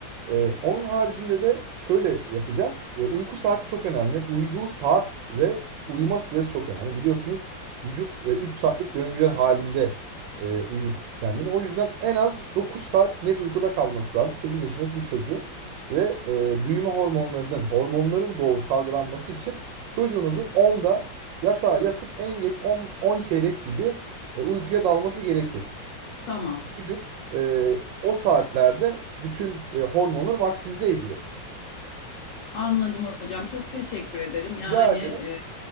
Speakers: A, on the right; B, on the left.
A: Ee, onun haricinde de şöyle yapacağız. Ee, uyku saati çok önemli. Uyuduğu saat ve uyuma süresi çok önemli. Biliyorsunuz vücut e, 3 saatlik döngüler halinde e, uyur kendini. O yüzden en az 9 saat net uykuda kalması lazım. sekiz yaşındaki bir çocuğun ve e, büyüme hormonlarının, hormonların doğal salgılanması için çocuğunuzun onda yatağa yatıp en geç 10 10 çeyrek gibi e, uykuya dalması gerekir
B: tamam.
A: vücut e, o saatlerde bütün e, hormonları maksimize ediyor.
B: Anladım hocam. Çok teşekkür ederim. Yani
A: Rica ederim.
B: e,